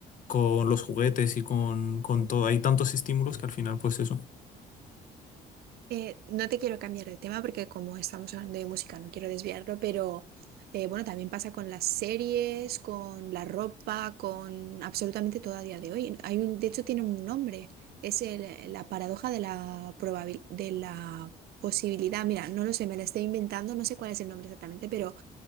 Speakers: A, on the left (about 50°); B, on the right (about 65°).
A: con los juguetes y con, con todo. Hay tantos estímulos que al final, pues eso.
B: Eh, no te quiero cambiar de tema porque como estamos hablando de música no quiero desviarlo, pero eh, bueno, también pasa con las series, con la ropa, con absolutamente todo a día de hoy. Hay un, de hecho tiene un nombre, es el- la paradoja de la probabil- de la posibilidad. Mira, no lo sé, me la estoy inventando, no sé cuál es el nombre exactamente, pero